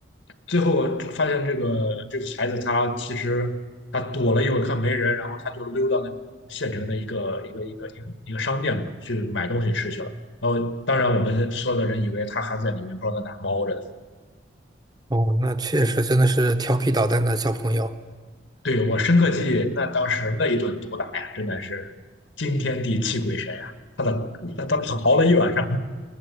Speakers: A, on the left; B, on the right.
A: 最后发现这个这个孩子他其实他躲了一会儿，看没人，然后他就溜到那种县城的一个一个一个一个一个商店嘛，去买东西吃去了。然后当然我们所有的人以为他还在里面，不知道在哪猫着。
B: 哦，那确实真的是调皮捣蛋的小朋友，
A: 对，我深刻记忆，那当时那一顿毒打呀，真的是惊天地泣鬼神呀！他的他他逃了一晚上。